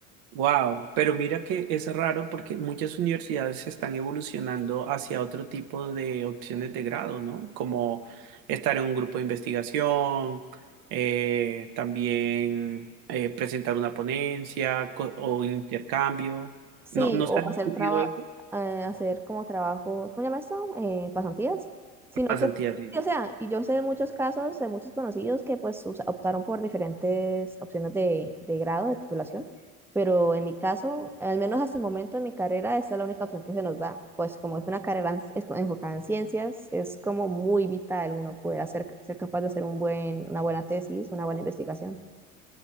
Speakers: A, on the right; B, in the centre.
A: Wow. Pero mira que es raro porque muchas universidades están evolucionando hacia otro tipo de opciones de grado, ¿no? Como estar en un grupo de investigación, eh, también eh, presentar una ponencia co- o intercambio.
B: Sí,
A: ¿No, no
B: o
A: se ha discutido
B: hacer traba,
A: eso?
B: eh, hacer como trabajo, ¿cómo se llama esto? Eh, pasantías, sino
A: Pasantía,
B: que,
A: sí.
B: sí, o sea, y yo sé de muchos casos, de muchos conocidos que pues o sea, optaron por diferentes opciones de, de grado, de titulación, pero en mi caso, al menos hasta el momento de mi carrera, esta es la única opción que se nos da, pues como es una carrera en- es- enfocada en ciencias, es como muy vital uno poder hacer, ser capaz de hacer un buen, una buena tesis, una buena investigación.